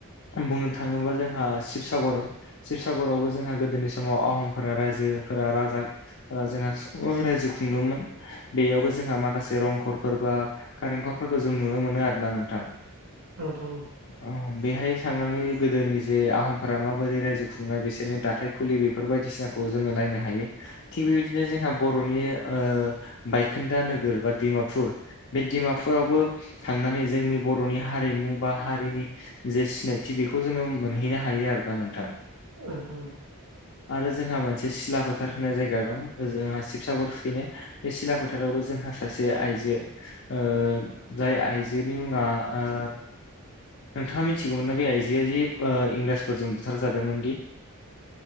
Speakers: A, on the left (about 50°); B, on the right (about 60°).
A: बुंनो थाङोब्ला जोंहा शिबसागर शिबसागरावबो जोंहा गोदोनि समाव आहमफोरा रायजोफोरा राजा ओ जोंहा सुबुङा रायजो खुंदोंमोन बेयावबो जोंहा माखासे रंघरफोर बा खारेंघरफोरखौ जों नुनो मोनो आरो ना नोंथां।
B: औ नोंथां औ
A: औ बेहाय थांनानै गोदोनि जे आहमफोरा माबोरै रायजो खुंनाय बिसोरनि दाथाय फुलि बेफोर बायदिसिनाखौ जोङो नायनो हायो थिग बेबायदिनो जोंहा बर'नि ओ बायखोन्दा नोगोर बा डिमापुर बे डिमापुरावबो थांनानै जोंनि बर'नि हारिमु बा हारिनि जे सिनायथि बेखौ जोङो मोनहैनो हायो आरोना नोंथां
B: औ नोंथां
A: आरो जोंहा मोनसे सिला फोथार होननाय जायगा दं जोंहा शिबसागरखैनो बे सिला फोथारावबो जोंहा सासे आइजो ओ जाय आइजोनि मुङा ओ नोंथाङा मिथिगौमोनना बे आइजोआ जि इंराजफोरजों बुथारजादोंमोन दि